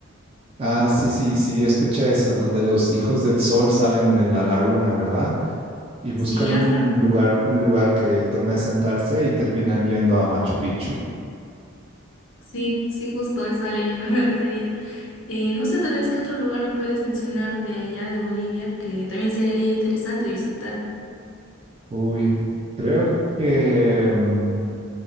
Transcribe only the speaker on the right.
Ah, sí, sí, sí, escuché eso, donde los hijos del sol salen de la laguna, ¿verdad? Y buscan
un lugar, un lugar que donde asentarse y terminan yendo a Machu Picchu.
Uy, creo que mm,